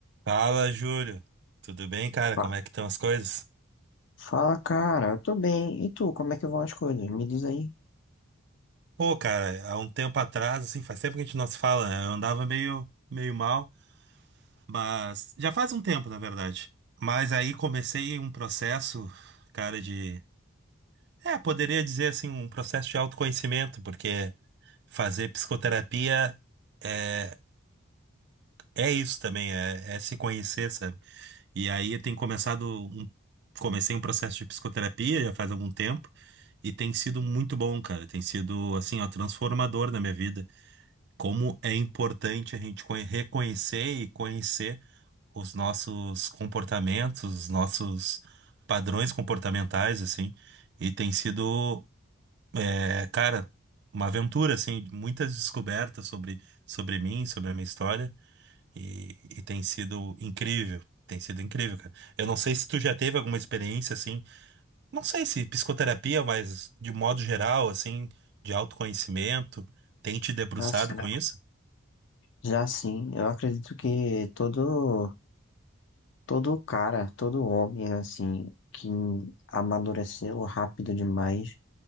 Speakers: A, on the right; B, on the left.
A: Fala, Júlio. Tudo bem, cara?
B: Fa-
A: Como é que estão as coisas?
B: Fala, cara, eu tô bem. E tu, como é que vão as coisas? Me diz aí.
A: Pô, cara, há um tempo atrás, assim, faz tempo que a gente não se fala, né? Eu andava meio, meio mal, mas já faz um tempo, na verdade. Mas aí comecei um processo, cara, de, é, poderia dizer assim, um processo de autoconhecimento, porque fazer psicoterapia é, é isso também, é, é se conhecer, sabe? E aí eu tenho começado um, comecei um processo de psicoterapia já faz algum tempo e tem sido muito bom, cara. Tem sido assim, ó, transformador na minha vida. Como é importante a gente conhe- reconhecer e conhecer os nossos comportamentos, os nossos padrões comportamentais, assim. E tem sido, é, cara, uma aventura, assim, de muitas descobertas sobre, sobre mim, sobre a minha história. E, e tem sido incrível. Tem sido incrível, cara. Eu não sei se tu já teve alguma experiência assim, não sei se psicoterapia, mas de modo geral, assim, de autoconhecimento, tem te debruçado
B: Já sim,
A: com isso?
B: já sim. Eu acredito que todo, todo cara, todo homem, assim, que amadureceu rápido demais,